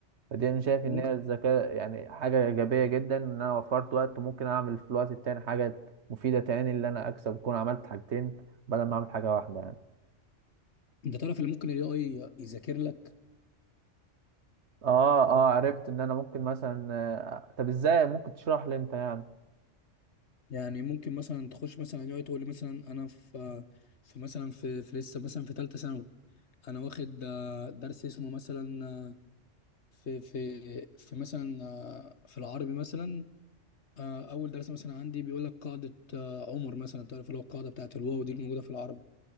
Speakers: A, on the right; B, on the left.
A: فدي انا شايف
B: ممكن
A: ان هي الذكاء يعني حاجه ايجابيه جدا ان انا وفرت وقت ممكن اعمل في الوقت التاني حاجه مفيده تاني اللي انا اكسب اكون عملت حاجتين بدل ما اعمل حاجه واحده يعني
B: انت تعرف اللي ممكن الاي اي يذاكر لك
A: اه اه عرفت ان انا ممكن مثلا آه، طب ازاي ممكن تشرح لي انت يعني
B: يعني ممكن مثلا تخش مثلا الاي اي تقول لي مثلا انا في في مثلا في, في لسه مثلا في ثالثه ثانوي انا واخد آه، درس اسمه مثلا آه، في في في مثلا آه، في العربي مثلا آه، اول درس مثلا عندي بيقول لك قاعده آه، عمر مثلا تعرف اللي هو القاعده بتاعت الواو دي الموجوده في العربي